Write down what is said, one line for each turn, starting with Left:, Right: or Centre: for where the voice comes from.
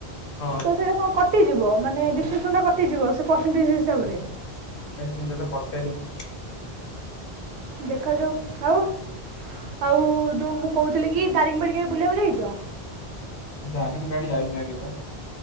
Left: ହଁ
Right: ତ ସେଇଟା କଣ କଟିଯିବ ମାନେ ଡିଷ୍ଟିଂସନ୍ କଟିଯିବ ସେଇ ପରସେଣ୍ଟେଜ ହିସାବରେ?
Left: ଏ ସେି ତ ପଟେନି <inaudible>
Right: ଦେଖାଯାଉ ଆଉ ଆଉ ଯୋଉ ମୁଁ କହୁଥିଲି କି ଦାରିଙ୍ଗବାଡ଼ିି କେବେ ବୁଲିବାକୁ ଯାଇଛ?
Left: ଦାରିଙ୍ଗବାଡି ଯାଇନି ଆ କେବେ।